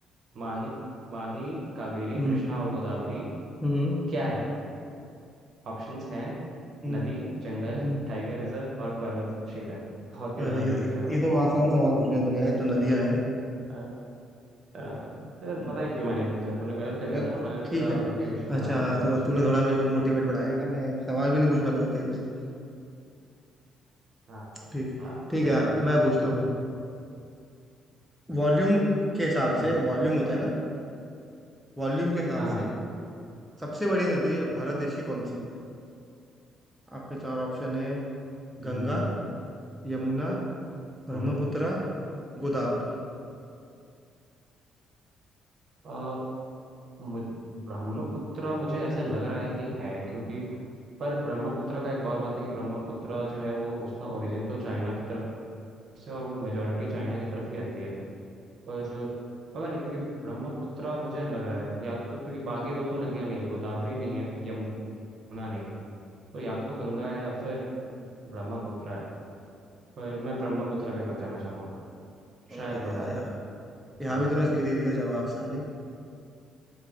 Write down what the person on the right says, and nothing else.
माही माही कावेरी
कृष्णा और गोदावरी
क्या है ऑप्शंस हैं
नदी जंगल
टाइगर रिजर्व और पर्वत शिखर बहुत ही आसान
क्वेश्चन है भाई
अ, अ, अरे
पता नहीं क्यों मैंने इस पूछा तूने गलत कर दिया
था ना मैंने
तेरा
मोटिवेशन बढ़ाने
के लिए
पूछ
दिया
हाँ
हाँ
चलो
पूछ
हम्म
हाँ हाँ
हम्म
हम्म
अ, मु- ब्रह्मपुत्र मुझे ऐसा लग रहा है कि है क्योंकि पर ब्रह्मपुत्र का एक और बात है कि ब्रह्मपुत्र जो है वो उसका ओरिजिन तो चाइना की तरफ से और वो मेजोरिटी चाइना की तरफ ही रहती है पर पता नहीं क्योंकि ब्रह्मपुत्र मुझे लग रहा है या तो क्योंकि बाकी दो तो नदियां नहीं है गोदावरी नहीं है यमुना नहीं है तो या तो गंगा है या फिर ब्रह्मपुत्र है पर मैं ब्रह्मपुत्र के साथ जाना चाहूंगा शायद
ब्रह्मपुत्र
हो।